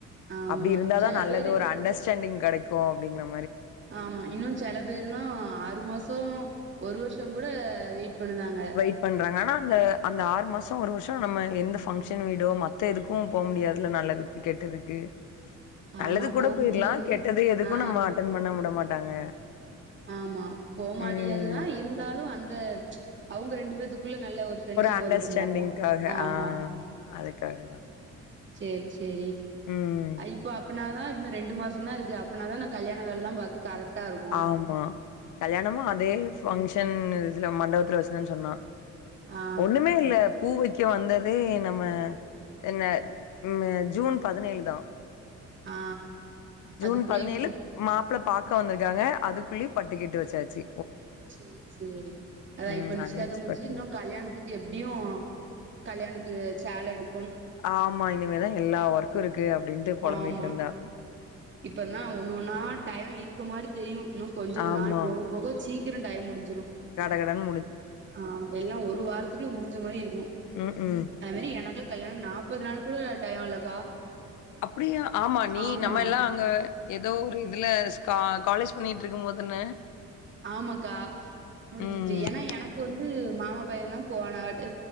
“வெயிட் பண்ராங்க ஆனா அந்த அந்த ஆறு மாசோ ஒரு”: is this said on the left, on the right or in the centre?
Left